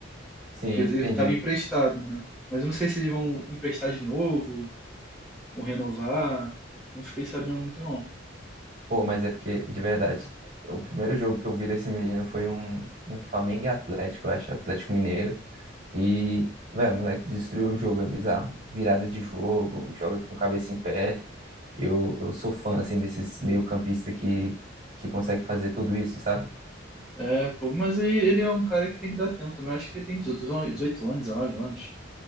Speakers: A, on the right; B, in the centre.
A: Sim,
B: Porque
A: entendi.
B: ele tava emprestado, né? Mas eu não sei se eles vão emprestar de novo ou renovar. Não fiquei sabendo muito, não.
A: Pô, mas é porque, de verdade, o primeiro jogo que eu vi desse menino foi um, um Flamengo e Atlético, eu acho, Atlético Mineiro. E, velho, o moleque destruiu o jogo, é bizarro. Virada de jogo, joga com cabeça em pé. Eu, eu sou fã, assim, desses meio-campista que, que consegue fazer tudo isso, sabe?
B: É, pô, mas aí ele é um cara que tem que dar tempo também. Acho que ele tem 18 anos, 19 anos.